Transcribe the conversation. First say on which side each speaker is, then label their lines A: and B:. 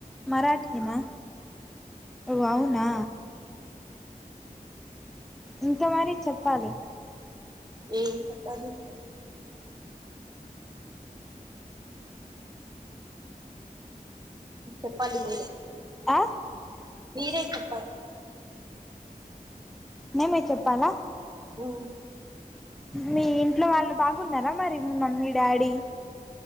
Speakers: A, in the centre; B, on the right.
A: మరాఠీ ఇనా ఓ అవునా ఇంత మరి చెప్పాలి
B: ఏం చెప్పది చెప్పాది మీరు
A: ఆ
B: వీర కుప్ప
A: న మీ చెప్పాలా
B: ఆ
A: మీ ఇంట్లో వాళ్ళు బాగున్నారా మరి మీ మమ్మీ డాడీ